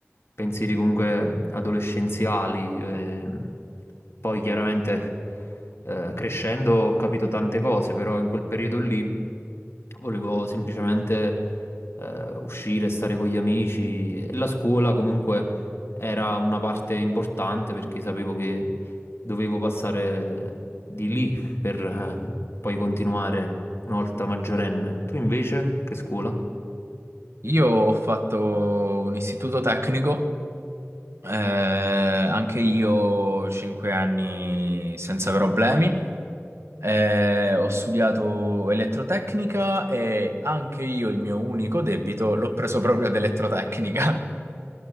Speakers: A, on the left; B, on the right.
A: pensieri comunque adolescenziali. ehm. Poi chiaramente eh, crescendo ho capito tante cose, però in quel periodo lì volevo semplicemente eh, uscire, stare con gli amici e la scuola comunque era una parte importante perché sapevo che Dovevo passare di lì per eh, poi continuare una volta maggiorenne. Tu invece, che scuola?
B: Io ho fatto un istituto tecnico, eh, anche io 5 anni senza problemi, eh, ho studiato elettrotecnica e anche io il mio unico debito l'ho preso proprio ad elettrotecnica. <laughs>